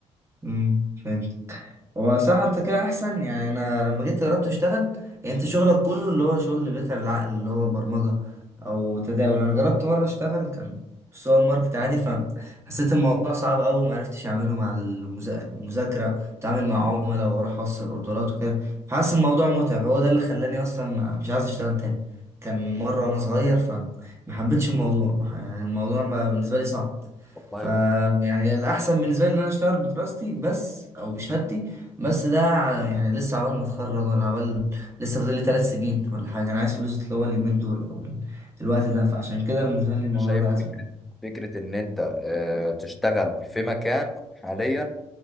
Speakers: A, on the right; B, in the centre.
A: امم فهمت هو صح انت كده احسن يعني انا لما جيت جربت اشتغل يعني انت شغلك كله اللي هو شغل بيتعب العقل اللي هو برمجة او تداول انا جربت مرة اشتغل كان في سوبر ماركت عادي فحسيت الموضوع صعب قوي وما عرفتش اعمله مع المذا- المذاكرة واتعامل مع عملاء واروح اوصل اوردرات وكده فحاسس الموضوع متعب هو ده اللي خلاني اصلا ما مش عايز اشتغل تاني كان مرة وانا صغير فما حبيتش الموضوع يعني الموضوع ما- بالنسبة لي صعب
B: والله
A: ف
B: بص
A: يعني الاحسن بالنسبه لي ان انا اشتغل بدراستي بس او بشهادتي بس ده ع- يعني لسه عبال ما اتخرج ولا عبال لسه فاضل لي ثلاث سنين ولا حاجه انا عايز فلوس اللي هو اليومين دول او ال- الوقت ده فعشان كده بالنسبه لي الموضوع
B: انا شايف
A: ده ازمه
B: فكرة
A: يعني
B: فكرة ان انت آه، تشتغل في مكان حاليا